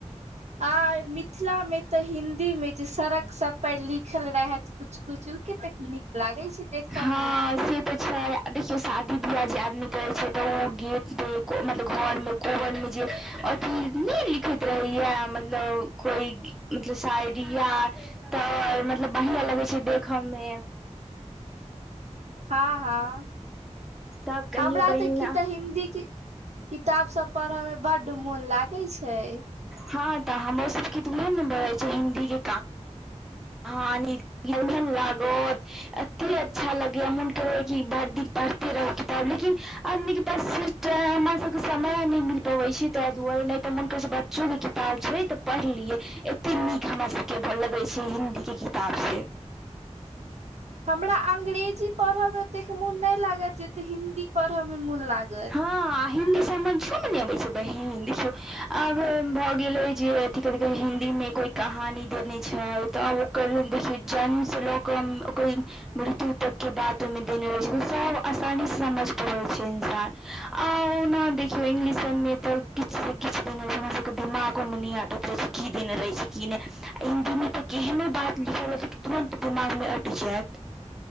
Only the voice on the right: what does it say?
आ मिथिला मे तऽ हिन्दी में जे सड़क सब पर लिखल रहैऽत कुच-कुचु केतेक नीक लागे छै देखऽ
में?
हँ-हँ,
हमरा
तऽ कि तऽ हिन्दी कि ताब सब पड़्हऽ में बड्ड मुन लागे छै।
हमरा अंग्रेजी पड़हऽ में ओतेक मुन नैय लागैयऽ जेते हिन्दी पड़हऽ मे मुन लाग